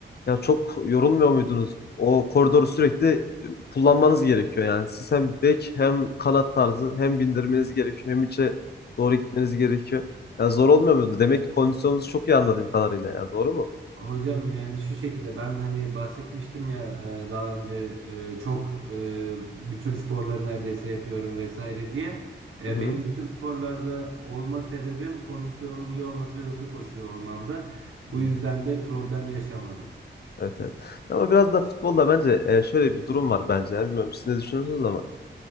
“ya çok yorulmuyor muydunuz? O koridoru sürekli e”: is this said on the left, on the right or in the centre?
Left